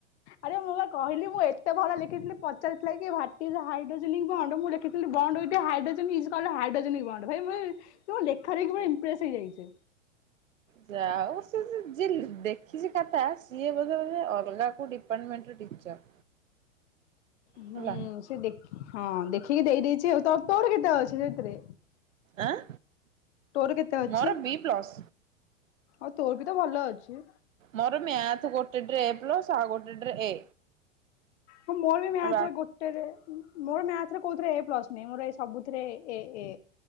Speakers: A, on the left; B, on the right.
A: ଆରେ ମୁଁ ପା କହିଲି। ମୁଁ ଏତେ ଭଲ ଲେଖିଥିଲି ପଚାରିଥିଲା କି ୱ୍ହାଟ୍ ଇଜ୍ ହାଇଡ୍ରୋଜେନିକ ମୁଁ ହଣ୍ଡ ମୁଁ ଲେଖ କି bond with hydrogen is called hydrogenic bond. ଭାଇ ମ ମୁଁ ଲେଖା ଦେଖି ଭାଇ ଇମ୍ପ୍ରେସ ହେଇଯାଇଛି।
B: ଜାହା ହଉ ସେ ଯେ ଯିଏ ଦେଖିଛି ଖାତା ସିଏ ବୋଧେ ଅଲଗା କୋଉ ଡିପାର୍ଟମେଣ୍ଟ ର ଟିଚର।
A: ହୁଁ
B: ହେଲା
A: ସେ ଦେଖ ହଁ ଦେଖିକି ଦେଇ ଦେଇଛି। ଆଉ ତ ତୋର କେତେ ଅଛି ସେଥିରେ?
B: ଆଁ
A: ତୋର କେତେ ଅଛି?
B: ମୋର ବି ପ୍ଲସ
A: ଆଉ ତୋର ବି ତ ଭଲ ଅଛି।
B: ମୋର ମ୍ୟାଥ ଗୋଟେ ଡ୍ରେ ପ୍ଲସ ଆଉ ଗୋଟେ ଡ୍ରେ ଏ।
A: ହଁ ମୋର ବି ମ୍ୟାଥରେ
B: ଆଉ ବା
A: ଗୋ ଟେରେ ମୋର ମ୍ୟାଥ ରେ କୋଉଥିରେ ଏ ପ୍ଲସ ନାଇ ମୋର ସବୁ ଥିରେ ଏ ଏ।